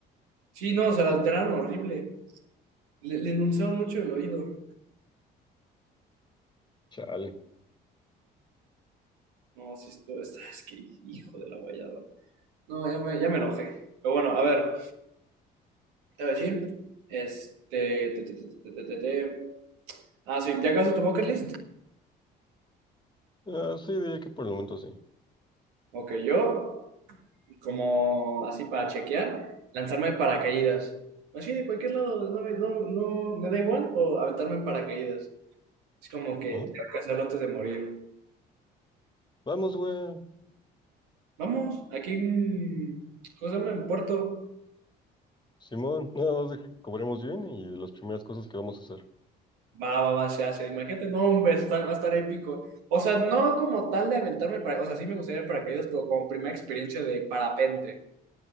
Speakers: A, on the right; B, on the left.
A: Sí, no, se la alteraron horrible. Le, le endulzaron mucho el oído.
B: Chale.
A: No, sí, esto está, es que hijo de la guayada. No, ya me, ya me enojé. Pero bueno, a ver, te voy a decir. Este. te, te, te, te, te, te, te. Ah, sí, ¿ya acabaste tu bucket list?
B: Ah, sí, diría que por el momento sí.
A: Ok, yo, como así para chequear, lanzarme en paracaídas. Así de cualquier lado, no, me- no, no me da igual, o aventarme en paracaídas. Es como que
B: Ajá.
A: tengo que hacerlo antes de morir.
B: Vamos, güey.
A: Vamos, aquí en. ¿Cómo se llama? En Puerto.
B: Simón, nada más deja que cobremos bien y las primeras cosas que vamos a hacer.
A: Va, va, va, se hace. Imagínate, no, hombre, está- va a estar épico. O sea, no como tal de aventarme para, o sea, sí me gustaría ir para paracaídas, pero como primera experiencia de parapente,